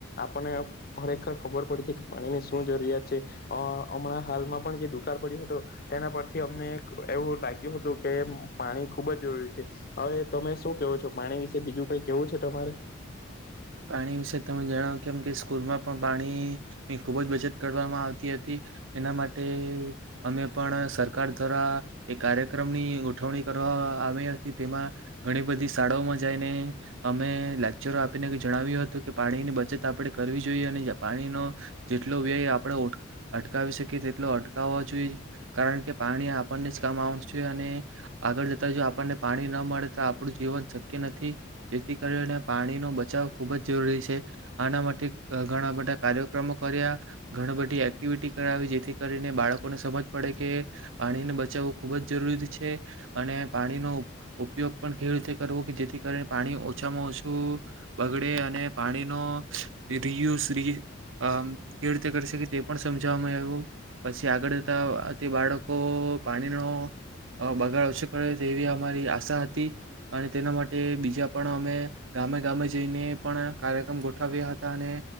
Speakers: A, on the left; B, on the right.
A: આપણને ખરેખર ખબર પડે છે કે, પાણીની શું શું જરૂરિયાત છે? અ હમણાં હાલમાં પણ જે દુકાળ પડ્યું હતો તેના પરથી અમને એવું લાગ્યું હતું કે, પાણી ખુબ જ જરૂરી છે. હવે તમે શું કેવો છો? પાણી વિશે બીજું કઈ કેવું છે તમારે?
B: પાણી વિશે તમે જણાવો કેમ કે સ્કૂલમાં પણ પાણીની ખુબ જ બચત કરવામાં આવતી હતી. એના માટે અમે પણ સરકાર દ્વારા એક કાર્યક્રમની ઉઠવણી કરવા આવી હતી. તેમાં ઘણી બધી શાળાઓમાં જઈને અમે લેક્ચરો આપીને જણાવ્યું હતું કે પાણીની બચત આપણે કરવી જોઈએ. અને પાણીનો જેટલો વ્યય આપણે અટકાવી શકીએ, તેટલો અટકાવવાો જોઈએ, કારણ કે પાણી આપણને જ કામ આવવાનુ છે. અને આગળ જતા જો આપણને પાણી ન મળે તો, આપણું જીવન શક્ય નથી. જેથી કરીને પાણીનો બચાવ ખૂબ જ જરૂરી છે. આના માટે ઘણા બધા કાર્યક્રમો કર્યા, ઘણી બધી એક્ટિવિટી કરાવી, જેથી કરીને બાળકોને સમજ પડે કે, પાણીને બચાવવું ખૂબ જ જરૂરી છે. અને પાણીનો ઉપયોગ પણ ખેડૂતે કરવો કે, જેથી કરીને પાણી ઓછામાં ઓછું બગડે અને પાણીનો રિયુઝ રી કેવી રીતે કરી શકે તે પણ સમજાવવામાં આવ્યું. પછી આગળ જતા તે બાળકો પાણીનો બગાડ ઓછો કરે તેવી અમારી આશા હતી. અને તેના માટે બીજા પણ અમે ગામે ગામે જઈ ને પણ કાર્યક્રમ ગોઠવ્યા હતા. અને